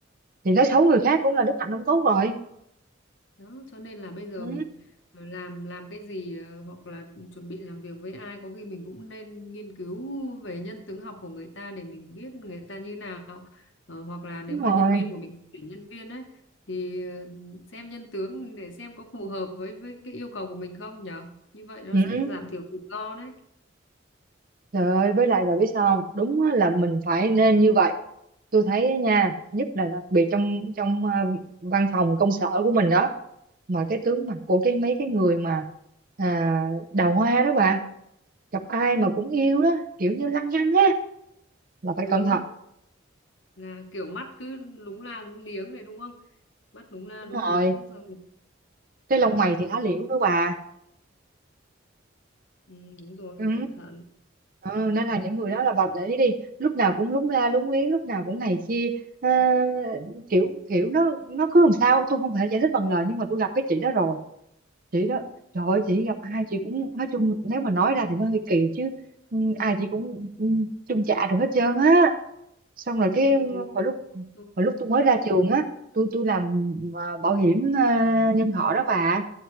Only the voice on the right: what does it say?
thì nói xấu người khác cũng là đức hạnh không tốt rồi
ừ,
đúng
rồi
ừ.
trời ơi với lại bà biết sao không đúng á, là mình phải nên như vậy tôi thấy á nha nhất là đặc biệt trong trong à, văn phòng công sở của mình đó mà cái tướng mặt của cái mấy cái người mà à, đào hoa đó bà gặp ai mà cũng yêu đó kiểu như lăng nhăng á là phải
cẩn thận
đúng
rồi
cái
lông mày thì lá liễu đó bà
ừ.
Ờ,
nên là những người
đó là bà để ý đi lúc nào cũng lúng la lúng liếng lúc nào cũng này kia Ờ, kiểu kiểu nó nó cứ làm sao tôi không thể giải thích bằng lời nhưng mà tôi gặp cái chị đó rồi chị đó trời ơi, chị gặp ai chị cũng nói chung nếu mà nói ra thì nó hơi kỳ chứ ừ, ai chị cũng ừ, chung chạ được hết trơn á xong rồi cái
hồi
lúc
hồi lúc tôi mới ra trường á tôi tôi làm ờ, bảo hiểm ờ, nhân thọ đó bà